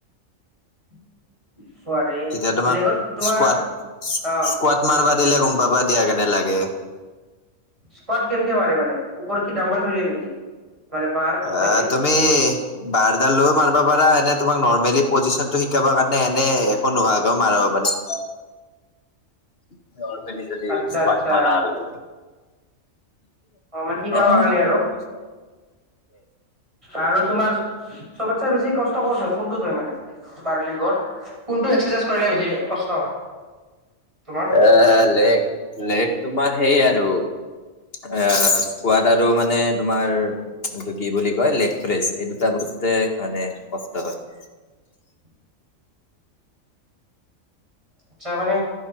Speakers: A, on the right; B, on the left.
A: <unintelligible>
B: তেতিয়া তোমাক
A: লেগত তোমাৰ
B: স্কৱাড-স্কৱাড
A: অ
B: মাৰিব দিলে গম পাব দিয়া কেনে লাগে? <unintelligible>
A: স্কৱাড কেনেকে মাৰে মানে ওপৰত কি ডাম্বাল থৈ দিয়ে নেকি? <inaudible> বাৰটো
B: অ!
A: থৈ দিয়ে
B: তুমি <inaudible> বাৰডাল লৈয়ও মাৰিব পাৰা এনেই তোমাক নৰ্মেলি পজিশনটো শিকাব কাৰণে এনেই একো নোহোৱাকৈও মাৰিব পাৰে। <inaudible> <unintelligible> তুমি যদি
A: আচ্ছা
B: স্কৱাড
A: আচ্ছা
B: মাৰা আৰু <inaudible>
A: অ মানে শিকাবা
B: <inaudible> অ-অ!
A: কাৰণে
B: <inaudible>
A: আৰু আৰু তোমাৰ চবতচে বেছি কষ্টকৰ হয় কোনটোত হয় মানে তোমাৰ লেগত <inaudible> কোনটো এক্সাৰচাইজ কৰিলে বেছি কষ্ট হয়? <inaudible>
B: এ লেক-লেক তোমাৰ সেই আৰু <inaudible> এ কোৱাত আৰু মানে তোমাৰ <inaudible> এইটো কি বুলি কয় লেগ প্ৰেচ এই দুটা বস্তুতে মানে কষ্ট হয়। <inaudible>
A: <unintelligible> <unintelligible> তাৰ মানে